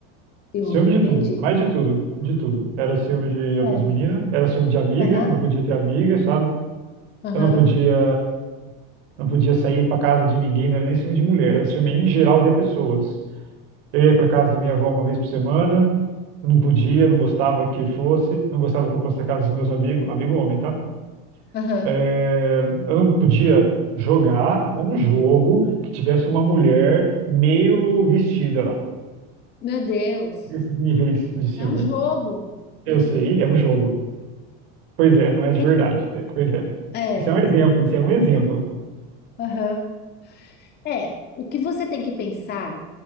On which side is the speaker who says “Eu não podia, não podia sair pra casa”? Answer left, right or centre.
Right